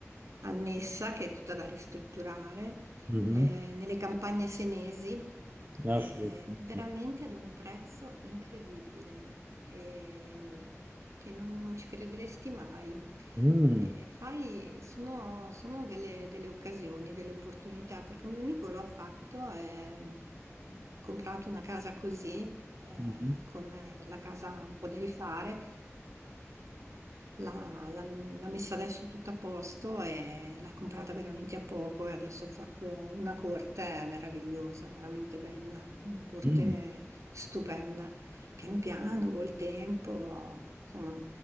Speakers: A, on the right; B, on the right.
A: annessa che è tutta da ristrutturare
B: Mhm.
A: eh, nelle campagne senesi, eh,
B: assolutamente.
A: veramente ad un prezzo incredibile, ehm, che non, non ci crederesti mai.
B: Mm.
A: Eh, fai- sono, sono delle, delle occasioni, delle opportunità, perché un mio amico lo ha fatto, eh, ha comprato una casa così, eh,
B: Mhm.
A: con la casa un po' da rifare L'ha l'ha- l'ha messa adesso tutta a posto e l'ha comprata veramente a poco e adesso ha fatto una corte meravigliosa, veramente bella, una corte
B: Mm,
A: stupenda. Piano piano, col tempo, insomma,